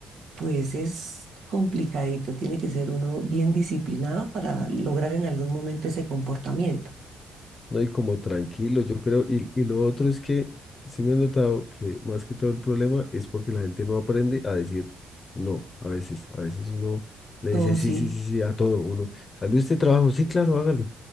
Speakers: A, on the right; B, on the left.
A: pues es complicadito. Tiene que ser uno bien disciplinado para lograr en algún momento ese comportamiento.
B: No, y como tranquilo, yo creo. Y, y lo otro es que sí me he notado que más que todo el problema es porque la gente no aprende a decir no. A veces, a veces uno le
A: Todo
B: dice sí,
A: sí,
B: sí, sí, sí a todo. Uno, ¿salió este trabajo? Sí, claro, hágale.